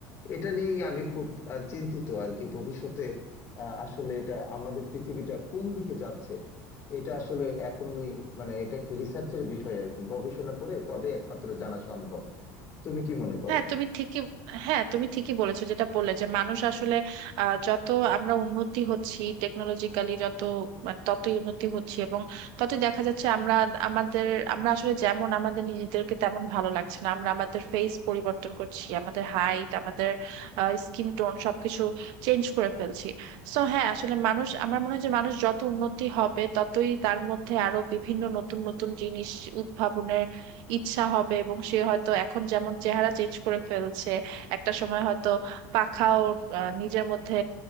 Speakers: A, on the left; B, on the right.
A: এটা নিয়েই আমি খুব আহ, চিন্তিত আর কি ভবিষ্যতে আহ, আসলে এটা আমাদের পৃথিবীটা কোন দিকে যাচ্ছে এটা আসলে এখনই মানে এটা একটা রিসার্চের বিষয় আর কি গবেষণা করে তবে একমাত্র জানা সম্ভব তুমি কি মনে করো
B: হ্যাঁ তুমি ঠিকই হ্যাঁ তুমি ঠিকই বলেছো যেটা বললে যে মানুষ আসলে আহ, যত আমরা উন্নতি হচ্ছি টেকনোলজিক্যালি যত মানে ততই উন্নতি হচ্ছি এবং ততই দেখা যাচ্ছে আমরা আমাদের আমরা আসলে যেমন আমাদের নিজেদেরকে তেমন ভালো লাগছে না আমরা আমাদের ফেস পরিবর্তন করছি আমাদের হাইট আমাদের স্কিন টোন সবকিছু চেঞ্জ করে ফেলছি সো হ্যাঁ আসলে মানুষ আমার মনে হয় যে মানুষ যত উন্নতি হবে ততই তার মধ্যে আরো বিভিন্ন নতুন নতুন জিনিস উদ্ভাবনের ইচ্ছা হবে এবং সে হয়তো এখন যেমন চেহারা চেঞ্জ করে ফেলছে একটা সময় হয়তো পাখাও আহ, নিজের মধ্যে